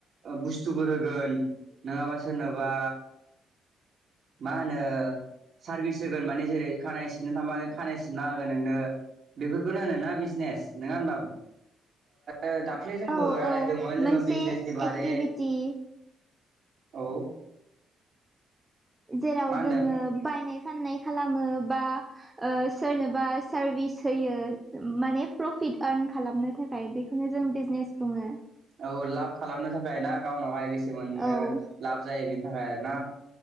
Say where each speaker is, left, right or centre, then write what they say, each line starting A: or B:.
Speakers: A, on the right; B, on the right.
A: बुस्थुफोर होगोन नङाबा सोरनोबा मा होनो सार्भिस होगोन माने जेरै खानाय सिननो थांबा खानाय सिनना होगोन नोंनो। बेफोरखौनो होनोना बिजनेस नोङा होनबा ओ ओ दाख्लै जोंबो
B: औ
A: रायलायदोंमोन
B: औ मोनसे
A: जोङो बिजनेसनि बारै
B: एक्टिभिटि
A: औ
B: जेराव
A: मा होनदों
B: जोङो बायनाय फाननाय खालामो। बा ओ सोरनोबा सार्भिस होयो माने प्रफिट आर्न खालामनो थाख खाय बेखौनो जों बिजनेस बुङो।
A: औ लाब खालामनो थाखाय ना गावनावहाय बेसे मोननो
B: औ
A: लाब जायो बे बिनि थाखाय आरो ना